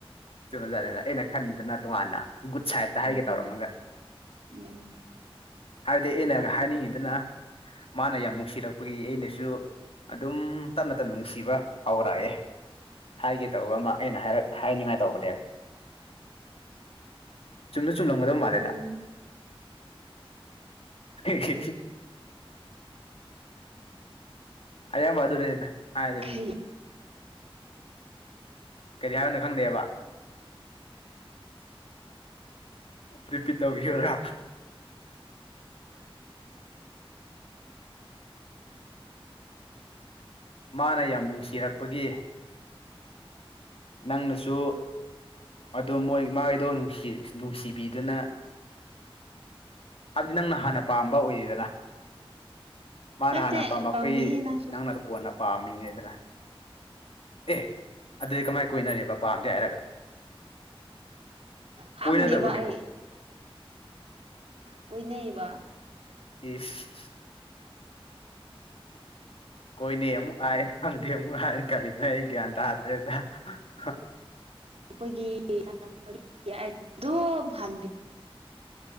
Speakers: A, on the left; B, on the right.
A: ꯖꯥꯖ ꯑꯩꯅ ꯈꯟꯗꯨꯅ ꯇꯣꯉꯥꯟꯅ ꯒꯨꯗ ꯁꯥꯏꯗꯠꯇ ꯍꯥꯏꯒꯦ
B: ꯎꯝ
A: ꯇꯧꯔꯝꯃꯒ
B: ꯎꯝ
A: ꯍꯥꯏꯕꯗꯤ ꯑꯩꯅꯒ ꯍꯥꯏꯅꯤꯡꯉꯤꯗꯨꯅ ꯃꯥꯅ ꯌꯥꯝ ꯅꯨꯡꯁꯤꯔꯛꯄꯒꯤ ꯑꯩꯅꯁꯨ ꯑꯗꯨꯝ ꯇꯞꯅ ꯇꯞꯅ ꯅꯨꯡꯁꯤꯕ ꯍꯧꯔꯛꯑꯦ ꯍꯥꯏꯒꯦ ꯇꯧꯕ ꯑꯃ ꯑꯩꯅ ꯍꯥꯏ ꯍꯥꯏꯅꯤꯡꯉꯥꯏ ꯇꯧꯕꯅꯦꯕ ꯆꯨꯝꯁꯨ ꯆꯨꯝꯂꯝꯒꯗꯕ ꯃꯥꯜꯂꯦꯗ
B: ꯎꯝ
A: ꯑꯍꯦꯍꯦ ꯑꯌꯥꯝꯕ ꯑꯗꯨꯅꯤꯗ ꯍꯥꯏ
B: ꯀꯔꯤ
A: ꯀꯔꯤ ꯍꯥꯏꯕꯅꯣ ꯈꯪꯗꯦꯕ ꯔꯤꯄꯤꯗ ꯇꯧꯕꯤꯌꯨꯔ ꯃꯥꯅ ꯌꯥꯝ ꯅꯨꯡꯁꯤꯔꯛꯄꯒꯤ ꯅꯪꯅꯁꯨ ꯑꯗꯨ ꯃꯣꯏ ꯃꯥꯒꯤꯗꯣ ꯅꯨꯡ ꯅꯨꯡꯁꯤꯕꯤꯗꯨꯅ ꯍꯥꯏꯕꯗꯤ ꯅꯪꯅ ꯍꯥꯟꯅ ꯄꯥꯝꯕ ꯑꯣꯏꯗꯦꯗꯅ ꯃꯥꯅ
B: ꯇꯠꯇꯦ
A: ꯍꯥꯟꯅ ꯄꯥꯝꯃꯛꯄꯒꯤ
B: ꯄꯥꯝꯗꯦꯍꯦ ꯅꯪꯁꯨ
A: ꯅꯪꯅꯁꯨ ꯀꯣꯟꯅ ꯄꯥꯝꯃꯤ ꯗꯅ ꯑꯦ ꯑꯗꯨꯗꯤ ꯀꯃꯥꯏ ꯀꯣꯏꯅꯔꯤꯕ ꯄꯥꯝꯗꯦ ꯍꯥꯏꯔꯒ <inaudible>
B: ꯈꯪꯗꯦꯕ
A: ꯀꯣꯏꯅꯗꯕ꯭ꯔꯣ ꯀꯩꯅꯣ
B: ꯑꯩ ꯀꯨꯏꯅꯩꯌꯦꯕ
A: ꯏꯁ ꯀꯣꯏꯅꯩ ꯑꯃꯨꯛ ꯍꯥꯏ ꯈꯪꯗꯦ ꯑꯃꯨꯛ ꯍꯥꯏ ꯀꯔꯤꯅꯣ ꯑꯩ ꯒ꯭ꯌꯥꯟ ꯇꯥꯗ꯭ꯔꯦꯗ ꯍ
B: ꯑꯈꯣꯏꯒꯤ <unintelligible> ꯑꯗꯨꯝ ꯍꯥꯟꯕꯤ